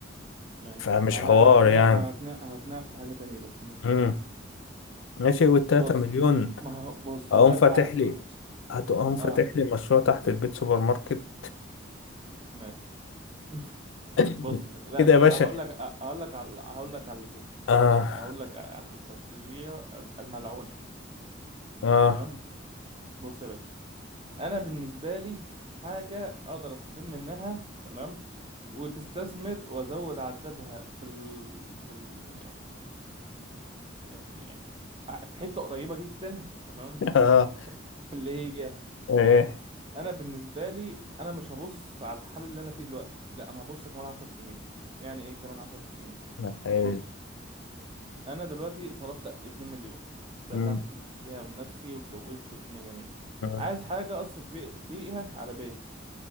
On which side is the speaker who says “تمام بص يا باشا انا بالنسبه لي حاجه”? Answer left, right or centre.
Right